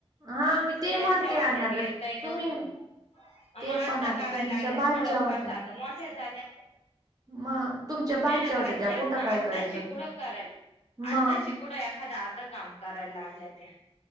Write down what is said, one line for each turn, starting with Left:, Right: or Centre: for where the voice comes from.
Right: हा मी ते
Left: त्यांच्या
Right: म्हणते
Left: वाट्यावर
Right: आणि आता
Left: येतय नव्हतं.
Right: तुम्ही ते
Left: मग आत्ता
Right: पण आता
Left: करायला
Right: तुमच्या
Left: लागल्या
Right: भाच्या
Left: थोडं
Right: होत्या.
Left: करता आता मोठे झाले.
Right: मग तुमच्या भाच्या
Left: नाही ना भात
Right: होत्या त्या
Left: जात
Right: कुठं
Left: ना
Right: काय
Left: आतलाशीिकुडं
Right: करीत होत्या.
Left: केल.
Right: मग
Left: आत्ता शिकडा एखादा अर्ध काम करायला लागल्या त्या